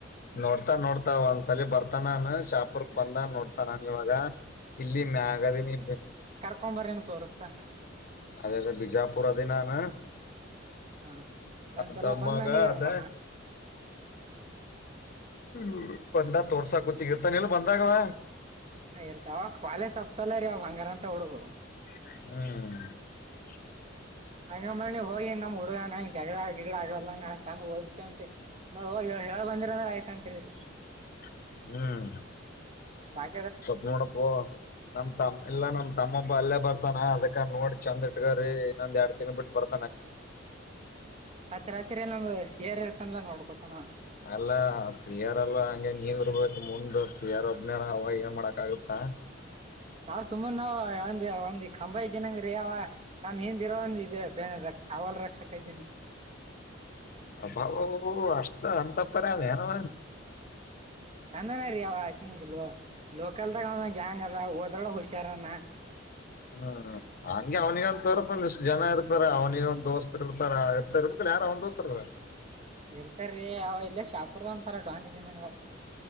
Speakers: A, on the left; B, on the right.
A: ನೋಡ್ತಾ ನೋಡ್ತಾ ಒಂದ್ಸಲಿ ಬರ್ತ ನಾನು ಶಾಪುರ್ ಬಂದ ನೋಡ್ತಾನಾನ ಇವಾಗ ಇಲ್ಲಿ ಮ್ಯಾಗದನಿ
B: ಸೋಂಬಾರ ನಿಮ್ತ್ ತೋರಿಸಸ್ತಾ
A: ಅದೇದೇ ಬಿಜಾಪುರ ದಿನಾನ
B: ಹ ಒಂದ್ಸಲ
A: ಆಂತ ಅಾ
B: ಬಂದ್ ನನಗ
A: ಕತ ಹ್ಮ ಬಂದ ತೋರ್ಸಾ ಗೊತ್ತಗಿರ್ತಾನ ಇಲ್ ಬಂದಾಗವ
B: ಹ ಇರ್ತ ಅವಾಗ ಕ್ಾಲೇ ಸಪ್ಸಲ್ಲ ರೀ ಅವಾಗ ಹಂಗಾರ ಅಂತ ಹುಡುಗು <unintelligible>
A: ಹ್ಮ
B: ಹಂಗಂದ ಹೋಗಿ ನಮ್ ಹುಡ್ಗನ ಜಗಳ ಗಿಗಳ ಆಗಲಂಗ ಚಂದ್ಓದಸ ಅಂತೆ. ಆ ಹೋಗ ಹೇಳ್ ಬಂದಿರ ಆಯ್ತಾ ಅಂತ ಹೇಳಿದಿ
A: ಹ್ಮ್
B: ಬಾಯ <unintelligible>
A: ಸ್ವಲ್ಪ್ ನೋಡಪ್ಪೋ ನಮ್ ತಮ್ಮ ಇಲ್ಲಾ ನಮ್ ತಮ್ಮೊಬ್ಬ ಅಲ್ಲೇ ಬರ್ತಾನ ಅದಕ್ಕ ನೋಡಿ ಚಂದ್ ಇ ಇಗರೀ ಇನ್ನಂದ್ ಎರಡು ತಿಂಗ್ಳ್ ಬಿಟ್ಟ ಬರ್
B: ಅದ್ಸರ್ ಅದ್ಸರಿ ಎಲ್ಲ ನಮ್ದ ಸಿಯರ್ ಇರ್ತನ್ಲ್ಲಾ ನೋಡ್ಕೋತಾನ.
A: ಅಲ್ಲಾ ಸಿಯಾರಲ್ಲ ಹಂಗೆ ನೀವ ಇರ್ಬೇಕು ಮುಂದ್ ಸಿಯಾರ್ ಒಬ್ಬ್ನಾರ ಅವಾಗ ಏನ್ ಮಾಡಕ್ ಆಗುತ್ತ. ಹಾ
B: ನಾವ್ ಸುಮನಾವವು ಒಂದ ಒಂದ್ ಕಂಬ ಇದ್ದಿನಂಗ ರೀ ಅವ ನಮ್ ಹಿಂದಿರೋ ಒಂದ ಇ ಬೇರೆದ ಅವಲ್ಲ ರಕ್ಷಕ ಇದ್ದೀನೆ.
A: ಅ ಬ ಒಒ ಅಷ್ಟ ಅಂತಪ್ಪರ ಅದ ಏನು?
B: ಚಂದನ ರೀ ಅವ ಹಿಂಗ ಲೋಕಲ್ದಾಗ ಅವ ಗ್ಯಾಂಗ್ ಅದ ಓದ್ರಳೊಗ್ ಹುಷಾರನ.
A: ಹ್ಮ ಹಾ ಹಂಗೆ ಅವನಿಗ ಒಂದ ತರ್ಂದ ಇಷ್ಟ್ ಜನ ಇರ್ತಾರ ಅವನಿಗ ಒಂದ ದೋಸ್ತರು ಇರ್ತಾರ ಇರ್ತಾ ಇರ್ಬೇಕ್ ಯಾರ ಅವನ್ ದೋಸ್ತರು.
B: ಇರ್ತಾರೀ ಅವ ಇಲ್ಲೇ ಶಾಂಪುರ್ದವನ್ ಅಂತಾರ ಡಾನಿದ್ದನಾಗ